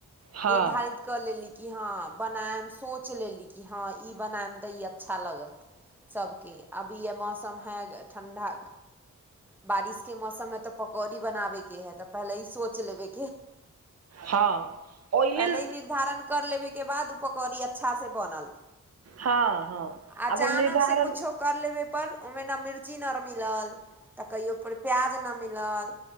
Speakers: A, on the right; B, in the centre.
A: हँ
B: निर्धारित क कऽ लेली कि हँ बनायम सोचि लेली कि हँ ई बनायम दऽ ई अच्छा लागत सभके अभी य मौसम है ठण्डा बारिश के मौसम मे तऽ पकौड़ी बनाबे के है तऽ पहले ई सोच लेबे
A: हँ ओहि
B: पलहि
A: लेल
B: निर्धारण कर लेब बाद पकौड़ी अच्छा से बनल
A: हँ हँ
B: अचानक
A: आब हम निर्धारण
B: से कछो कर लेबे पर ओहि मे ने मिर्ची नहि मिलल तऽ कहियो पर प्याज नहि मिलल